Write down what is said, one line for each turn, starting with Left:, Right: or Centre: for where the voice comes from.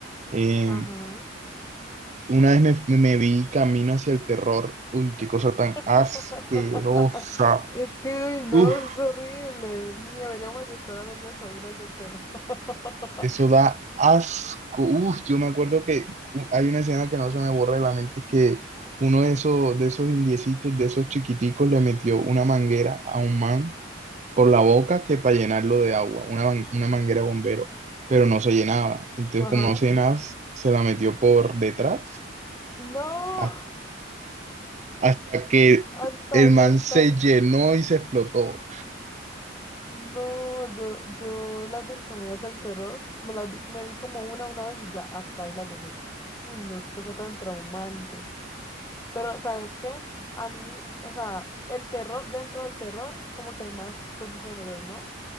Right: Eh,
Left: Ajá.
Right: una vez me, me vi Camino hacia el terror, uy, qué cosa tan
Left: <laughs>
Right: asquerosa.
Left: Es que, uy, no,
Right: Uf,
Left: es horrible. Ni deberíamos de estar hablando de Camino hacia el terror. <laughs>
Right: Eso da asco. Uf, yo me acuerdo que u- hay una escena que no se me borra de la mente, que uno de esos, de esos indiecitos, de esos chiquiticos, le metió una manguera a un man por la boca que para llenarlo de agua, una, man- una manguera bombero, pero no se llenaba. Entonces,
Left: Ajá.
Right: como no se llenaba, se la metió por detrás
Left: No,
Right: has- hasta que
Left: hasta
Right: el
Left: ahí,
Right: man
Left: hasta
Right: se
Left: ahí.
Right: llenó y se explotó.
Left: No, yo, yo las del Camino hacia el Terror, me las vi- me vi como una una vez y ya, hasta ahí las dejé. Uy, no, qué cosa tan traumante. Pero, ¿sabes qué? A mí, o sea, el terror, dentro del terror, como que hay más subgéneros, ¿no?